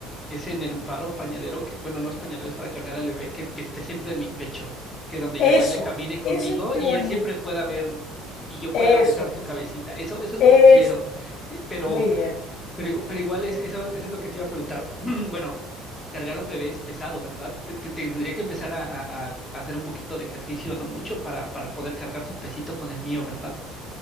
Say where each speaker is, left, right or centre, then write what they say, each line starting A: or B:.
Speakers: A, on the left; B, on the left.
A: ese nenúfar o pañalero que, bueno, no es pañalero, es para cargar al bebé, que, que esté siempre en mi pecho, que donde
B: eso,
A: yo vaya camine conmigo
B: eso es muy
A: y
B: bonito.
A: él siempre pueda ver y y yo pueda
B: Eso
A: besar su
B: es,
A: cabecita. Eso, eso es
B: eso.
A: lo que quiero. Eh, Pero,
B: Muy bien.
A: pero, igu- pero igual es, eso, eso es lo que te iba a preguntar. <clears throat> Bueno, cargar un bebé es pesado, ¿verdad? Te, te- tendría que empezar a, a- a hacer un poquito de ejercicio, no mucho, para, para poder cargar su pesito con el mío, ¿verdad?